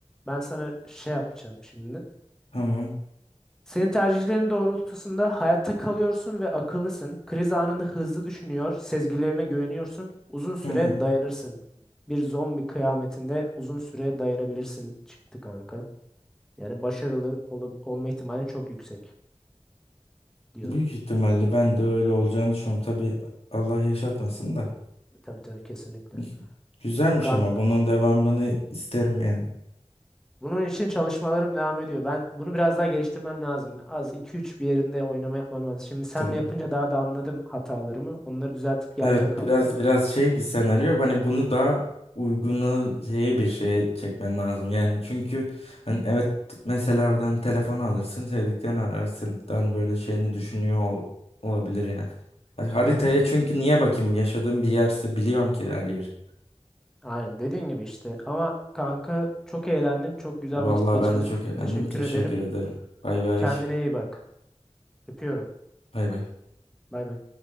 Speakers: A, in the centre; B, on the left.
A: ben sana şey yapacağım şimdi.
B: Tamam.
A: Senin tercihlerin doğrultusunda hayatta kalıyorsun ve akıllısın. Kriz anını hızlı düşünüyor, sezgilerine güveniyorsun. Uzun süre
B: Hı hı.
A: dayanırsın. Bir zombi kıyametinde uzun süre dayanabilirsin çıktı kanka. Yani başarılı ol olma ihtimalin çok yüksek diyorum.
B: Büyük ihtimalle ben de öyle olacağını düşünüyorum. Tabii Allah yaşatmasın da.
A: Tabii tabii kesinlikle.
B: <laughs> Güzelmiş
A: Kanka.
B: ama bunun devamını isterim yani.
A: Bunun için çalışmalarım devam ediyor. Ben bunu biraz daha geliştirmem lazım. Az iki üç bir yerinde oynama yapmam lazım. Şimdi senle
B: Tamam.
A: yapınca daha da anladım hatalarımı. Onları düzeltip geleceğim
B: Evet
A: kanka.
B: biraz biraz şey bir senaryo. Hani bunu daha uygunu şeye bir şeye çekmen lazım. Yani çünkü hani evet mesela oradan telefon alırsın, sevdiklerini ararsın. Hani böyle şeyini düşünüyor ol- olabilir yani. Hani haritaya
A: Evet.
B: çünkü niye bakayım? Yaşadığım bir yerse biliyorum ki her yer.
A: Aynen dediğin gibi işte. Ama kanka çok eğlendim. Çok güzel
B: Vallahi
A: vakit geçirdim.
B: ben de çok eğlendim.
A: Teşekkür
B: Teşekkür
A: ederim.
B: ederim. Bay bay.
A: Kendine iyi bak. Öpüyorum.
B: Bay bay.
A: Bay bay.